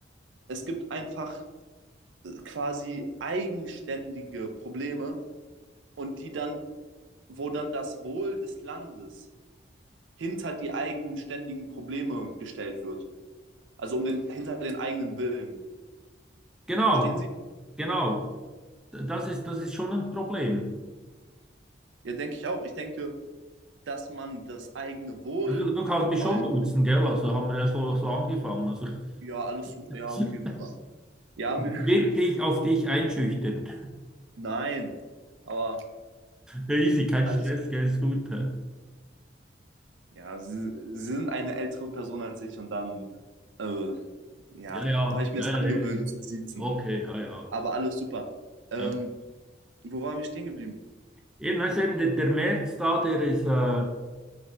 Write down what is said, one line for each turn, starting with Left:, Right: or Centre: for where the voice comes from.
Right: es gibt einfach quasi eigenständige Probleme und die dann, wo dann das Wohl des Landes hinter die eigenständigen Probleme gestellt wird. Also um den, hinter den eigenen Willen.
Centre: Genau,
Right: Verstehen Sie?
Centre: genau. D- Das ist, das ist schon ein Problem.
Right: Ja, denke ich auch. Ich denke, dass man das eigene Wohlwollen,
Centre: Also Du, du kannst mich schon duzen, gell? Also haben wir ja so, so angefangen. Also
Right: ja, alles,
Centre: <laughs>
Right: su- ja, okay, super. Ja, mir-
Centre: wirklich auf dich einschüchtern.
Right: <laughs> nein, aber
Centre: Ja, Easy, kein
Right: alles
Centre: Stress, gell, ist gut. hä?
Right: Ja, sie, sie sind eine ältere Person als ich und dann, äh, ja,
Centre: Ja, ja,
Right: habe ich mir
Centre: ja,
Right: es angewöhnt
Centre: ja.
Right: zu siezen.
Centre: okay, ja, ja.
Right: Aber alles super. Ähm,
Centre: Ja.
Right: wo waren wir stehen geblieben?
Centre: Eben, also eben der, der Merz da, der ist, äh,